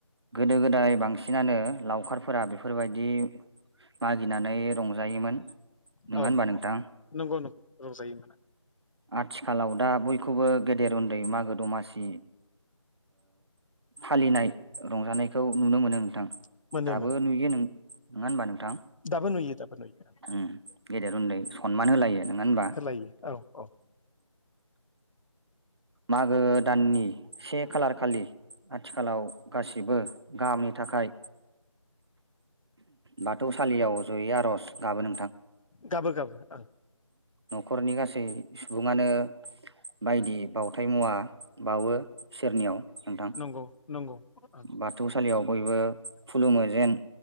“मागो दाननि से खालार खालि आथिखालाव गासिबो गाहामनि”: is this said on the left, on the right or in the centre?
Right